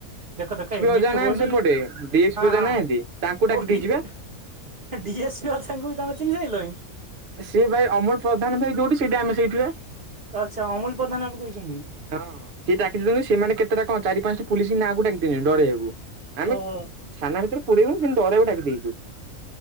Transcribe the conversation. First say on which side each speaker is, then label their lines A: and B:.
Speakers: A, on the right; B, on the right.
A: ଦେଖ ଦେଖ ଏମିତି
B: ଅଜା ନାହାନ୍ତି
A: ହୁଉନି
B: ସେପଟେ ଡିଏସ୍ପି
A: ହଁ
B: ଅଜା
A: ହଁ
B: ନାହାନ୍ତି ତାଙ୍କୁ ଡାକି
A: <unintelligible>
B: ଦେଇଛି ବା
A: ଡିଏସ୍ ପି ସାଙ୍ଗଙ୍କୁ ବି ତମେ ଚିହ୍ନି ସାଇଲଏଁ।
B: ସେ ଭାଇ ଅମଲ ପ୍ରଧାନ ଭାଇ ଯୋଉଠି ସେଇଟା ଆମେ ସେଇଠିବା।
A: ଆଚ୍ଛା ଅମୁଲ ପ୍ରଧାନ ବାବୁ କହିଛନ୍ତି
B: ହଁ ସିଏ ଡାକି ଦିଅନ୍ତୁ ସେମାନେ କେତେଟା କଣ ଚାରି ପାଞ୍ଚଟା ପୋଲିସ ନାଁ ଡାକି ଦେବି ଡରେଇଆକୁ। ଆମେ
A: ଓହୋ
B: ଥାନା ଭିତରେ ପୁରେଇବୁନି, କିନ୍ତୁ ଡରେଇବାକୁ ଡାକି ଦେଇଛୁ।